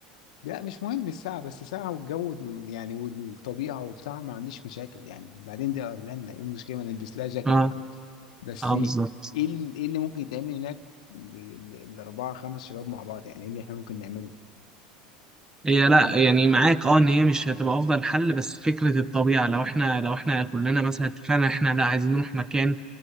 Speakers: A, on the left; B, on the right.
A: لا مش مهم الساعة بس ساعة والجو وال- يعني والطبيعة وبتاع ما عنديش مشاكل يعني بعدين دي أيرلندا إيه المشكلة ما نلبس لها جاكيت
B: اه
A: يعني بس
B: اه
A: إيه
B: بالظبط
A: ال- إيه اللي ممكن يتعمل هناك ال- الأربعة خمس شباب مع بعض يعني إيه اللي إحنا ممكن نعمله
B: هي لا يعني معاك اه ان هي مش هتبقى افضل حل بس فكره الطبيعه لو احنا لو احنا كلنا مثلا اتفقنا احنا لا عايزين نروح مكان